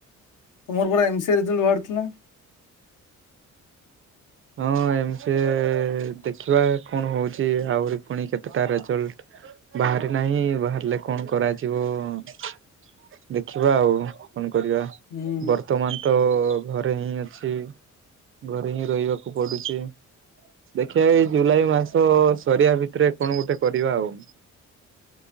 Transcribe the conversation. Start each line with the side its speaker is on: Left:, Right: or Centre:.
Left: ତୁମର ପରା ଏମ୍ ସି ଏ ରେଜଲ୍ଟ ବାହାରି ଥିଲା?
Right: ହଁ, ଏମ୍ ସି ଏ-ଏ ଦେଖିବା କଣ ହଉଛି! ଆହୁରି ପୁଣି କେତେଟା ରେଜଲ୍ଟ? ବାହାରି ନାହିଁ। ବାହାରିଲେ କଣ କରାଯିବ-ଅଁ? ଦେଖିବା ଆଉ କଣ କରିବା?
Left: ହୁଁ।
Right: ର୍ତ୍ତମାନ ତ ଘରେ ହିଁ ଅଛି। ଘରେ ହିଁ ରହିବାକୁ ପଡୁଛି। ଦେଖିବା ଏଇ ଜୁଲାଇ ମାସ-ଅ ସରିବା ଭିତରେ, କଣ ଗୁଟେ କରିବା ଆଉ?